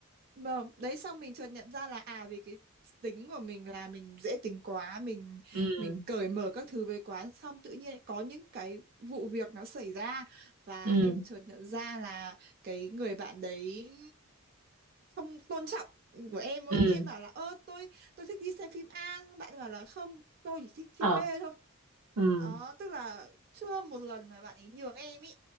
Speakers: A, on the right; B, on the right.
A: Vâng, đấy xong mình chợt nhận ra là à vì cái tính của mình là mình dễ tính quá, mình
B: ừ
A: mình cởi mở các thứ với quá xong tự nhiên có những cái vụ việc nó xảy ra và
B: ừ
A: em chợt nhận ra là cái người bạn đấy không tôn trọng của em mỗi
B: ừ
A: khi em bảo là ơ tôi tôi thích đi xem phim A bạn ấy bảo là không tôi chỉ thích phim
B: ờ
A: B thôi
B: ừ
A: Ờ, tức là chưa một lần mà bạn ấy nhường em ý